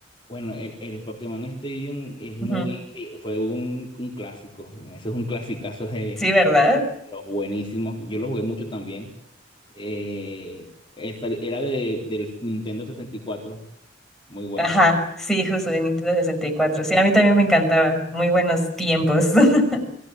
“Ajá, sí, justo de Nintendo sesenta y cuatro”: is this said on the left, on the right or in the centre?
Centre